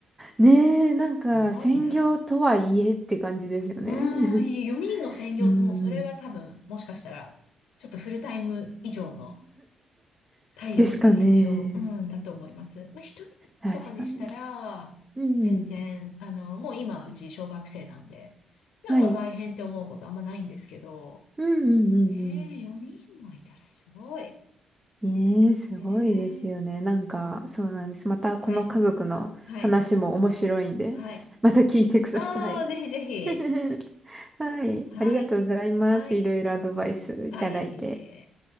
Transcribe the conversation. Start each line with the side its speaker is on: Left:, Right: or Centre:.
Right: え、ねえ、なんか、
Left: すごいな。
Right: 専業とはいえって感じですよね。
Left: うーん、い4人の専業ってもうそれは多分、
Right: <laughs> うん、
Left: もしかしたら、ちょっとフルタイム以上の体力が必要、
Right: ですかね。
Left: うん、だと思います。まあ、1人とかでしたら、
Right: 確かに。うん、
Left: 全然、あの、もう今、うち小学生なんで、なんか大変って思うことあんまないんですけど、
Right: はい。うんうんうん
Left: ねえ、4人もいたらすごい。
Right: うん。ええ、すごいですよね。
Left: ねえ。
Right: なんか、そうなんです。また、この家族の話も面白いんで、
Left: はい、はい、はい。
Right: また聞いてください。
Left: ああ、ぜひぜひ。
Right: <laughs> はい。
Left: はい、
Right: ありがとうございます。
Left: はい。
Right: いろいろアドバイスいただいて。
Left: あ、いえいえいえ。